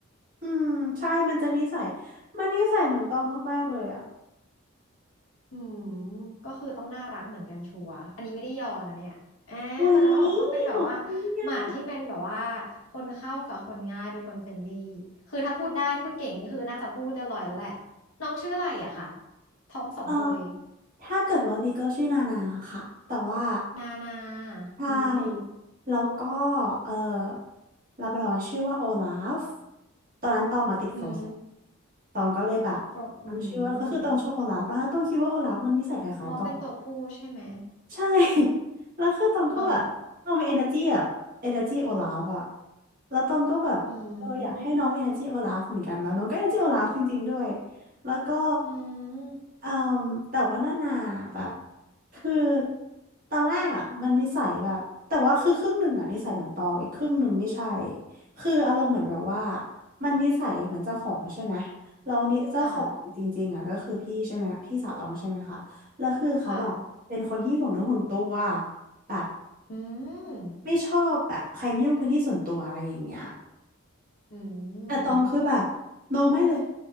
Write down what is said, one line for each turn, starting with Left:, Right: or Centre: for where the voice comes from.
Right: อืมใช่มันจะนิสัยมันนิสัยเหมือนตองมากๆเลยอ่ะ
Left: อืม ก็คือต้องน่ารักเหมือนกันชัวร์อันนี้ไม่ได้ยอนะเนี่ยแอบแสดงว่าแบบต้องเป็นแบบว่า
Right: อุ๊ยขอบคุณอ่ะ
Left: หมาที่เป็นแบบว่าคนเข้ากับคนง่ายเป็นคนเฟรนลี่คือถ้าพูดได้พูดเก่งนี่คือน่าจะพูดเรียบร้อยแล้วแหละ น้องชื่ออะไรอะคะ ท้องสองตัวเลย
Right: เออถ้าเกิดว่าบีเกิลชื่อนานาค่ะแต่ว่า
Left: นานา
Right: ใช่
Left: อืม
Right: แล้วก็เออลาบราดอร์ชื่อว่าโอลาฟตอนนั้นตองอะติดโฟร์แลนด์
Left: อืม
Right: ตองก็เลยแบบตั้งชื่อว่าก็คือตองชอบโอลาฟมากตองคิดว่าโอลาฟมันนิสัยคล้ายๆตอง
Left: โปรอืมน้องเป็นตัวผู้ใช่ไหม
Right: ใช่ <laughs> แล้วคือตองก็แบบตองมี
Left: อ๋อ
Right: energy แบบ energy โอลาฟอะแล้วตองก็แบบเอออยากให้น้องมี
Left: อืม
Right: energy โอลาฟเหมือนกันแล้วน้องก็ energy โอลาฟจริงๆด้วยแล้วก็
Left: อืม
Right: เอ่อแต่ว่านานาแบบคือตอนแรกอะมันนิสัยแบบแต่ว่าคือครึ่งหนึ่งอะนิสัยเหมือนตองอีกครึ่งหนึ่งไม่ใช่คืออารมณ์เหมือนแบบว่ามันนิสัยเหมือนเจ้าของใช่ไหมแล้วนี่เจ้าของจริงๆอะก็คือพี่ใช่ไหมพี่สาวตองใช่ไหมคะ
Left: ค่ะ
Right: แล้วคือเขาแบบเป็นคนที่ห่วงเนื้อห่วงตัว
Left: ค่ะ
Right: แบบ
Left: อืม
Right: ไม่ชอบแบบใครไม่ยุ่งพื้นที่ส่วนตัวอะไรอย่างเงี้ย
Left: อื
Right: แต่ตองคือแบบโนไม่เลย
Left: ม